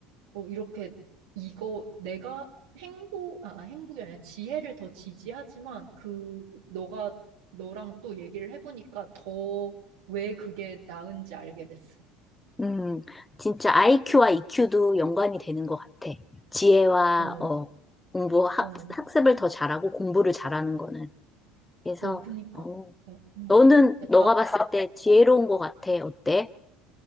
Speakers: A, on the right; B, on the left.
A: 어, 이렇게 이거 내가 행복, 아, 행복이 아니라 지혜를 더 지지하지만 그 너가 너랑 또 얘기를 해보니까 더 왜 그게 나은지 알게 됐어.
B: 음, 진짜 IQ와 EQ도 연관이 되는 것 같아. 지혜와
A: 어,
B: 어, 공부 학,
A: 어,
B: 학습을 더 잘하고 공부를 잘하는 거는. 그래서
A: 어, 그니까.
B: 어,
A: 어. 어.
B: 너는
A: 야, 다음에
B: 너가 봤을 때 지혜로운 것 같아. 어때?